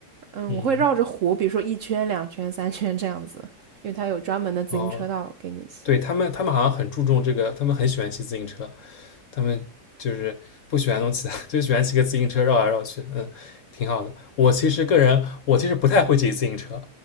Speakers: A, on the right (about 65°); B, on the left (about 60°).
A: 嗯，
B: 嗯，
A: 我会绕着湖，比如说一圈、两圈、三圈这样子，因为它有专门的自行车道给你骑。
B: 哦，对，他们，他们好像很注重这个，他们很喜欢骑自行车，他们就是不喜欢弄其他，<laughs> 就喜欢骑个自行车绕来绕去，嗯，挺好的。我其实个人，我其实不太会骑自行车，